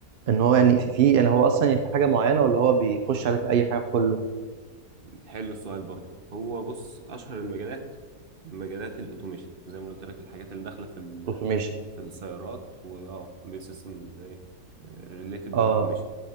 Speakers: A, on the right; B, on the right.
A: ان هو يعني
B: هو-
A: في في- يعني هو اصلا يعني في حاجة معينة ولا هو بيخش على في اي حاجة في كله
B: حلو السؤال برضو هو بص اشهر المجالات مجالات الاوتوميشن زي ما قلت لك الحاجات اللي داخله في ال...
A: اوتوميشن
B: في السيارات واه بسيستم الايه ريليتد
A: اه
B: بالاوتوميشن